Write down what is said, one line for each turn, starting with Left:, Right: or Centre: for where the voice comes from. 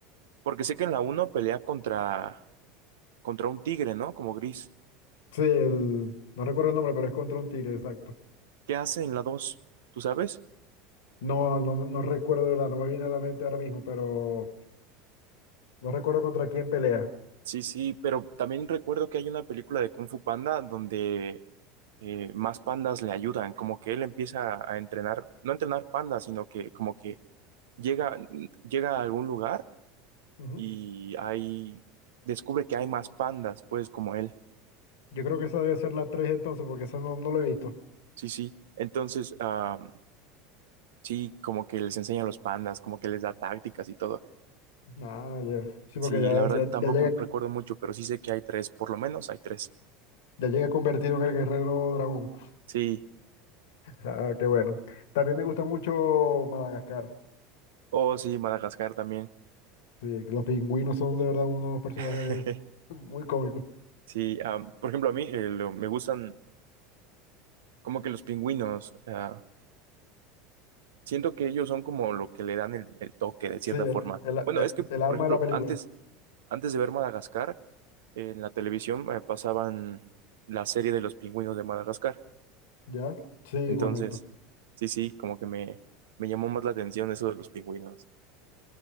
Right: porque sé que en la uno pelea contra, contra un tigre, ¿no? Como gris.
Left: Sí, el, no recuerdo el nombre, pero es contra un tigre, exacto.
Right: ¿Qué hace en la dos ¿Tú sabes?
Left: No, no, no recuerdo, de verdad, no me viene a la mente ahora mismo, pero no recuerdo contra quién pelea.
Right: Sí, sí, pero también recuerdo que hay una película de Kung Fu Panda donde eh, más pandas le ayudan, como que él empieza a entrenar, no a entrenar pandas, sino que como que llega, llega a algún lugar
Left: Ujú.
Right: y ahí descubre que hay más pandas, pues como él.
Left: Yo creo que esa debe ser la tres entonces, porque esa no, no la he visto.
Right: Sí, sí. Entonces, am, sí, como que les enseña a los pandas, como que les da tácticas y todo.
Left: Ah, ya. Sí, porque
Right: Sí,
Left: ya,
Right: la verdad
Left: ya,
Right: tampoco
Left: ya llega,
Right: recuerdo mucho, pero sí sé que hay tres, por lo menos hay tres.
Left: ya llega convertido en el guerrero dragón.
Right: Sí.
Left: Ah, qué bueno. También me gusta mucho Madagascar.
Right: Oh, sí, Madagascar también.
Left: Sí, los pingüinos son de verdad unos personajes
Right: <laughs>
Left: muy cómicos.
Right: Sí, am, por ejemplo, a mí eh, lo- me gustan como que los pingüinos. ah, siento que ellos son como lo que le dan el, el toque de cierta
Left: Sí, el,
Right: forma.
Left: el,
Right: Bueno,
Left: el-
Right: es que,
Left: el alma
Right: por ejemplo,
Left: de la película.
Right: antes, antes de ver Madagascar, en la televisión eh, pasaban la serie de los pingüinos de Madagascar.
Left: ¿Ya? Sí,
Right: Entonces,
Left: correcto.
Right: sí, sí, como que me, me llamó más la atención eso de los pingüinos.